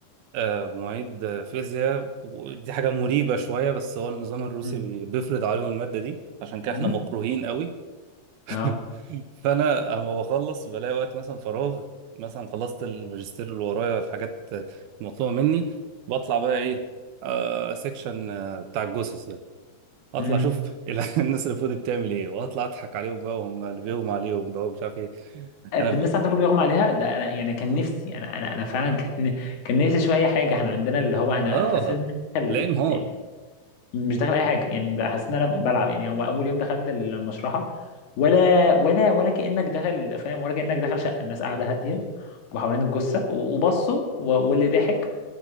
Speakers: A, on the right; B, on the left.
A: آه، معيد آه، فيزياء ودي حاجة مريبة شوية بس هو النظام الروسي
B: مم.
A: بي- بيفرض عليهم المادة دي عشان كده
B: مم؟
A: احنا مكروهين قوي <laughs>
B: اه
A: فانا اما بخلص بلاقي وقت مثلا فراغ مثلا خلصت الماجستير اللي ورايا الحاجات المطلوبه مني بطلع بقى ايه آه سيكشن آه بتاع الجثث ده اطلع
B: مم.
A: اشوف ال- <laughs> الناس اللي فوق دي بتعمل ايه واطلع اضحك عليهم بقى وهم اللي بيهم عليهم بقى ومش عارف ايه
B: بالناس
A: انا ف...
B: عندكم بيغمى عليها ده انا يعني كان نفسي انا انا انا فعلا كان كان نفسي اشوف اي حاجه احنا عندنا اللي هو انا
A: اه
B: انا حسيت إن أنا داخل-
A: تلاقيه نهار
B: يعني مش داخل اي حاجه يعني ده حسيت ان انا بلعب يعني هو اول يوم دخلت المشرحه ولا ولا ولا كانك داخل فاهم ولا كانك داخل شقه الناس قاعده هاديه وحوالين الجثه وبصوا و- واللي ضحك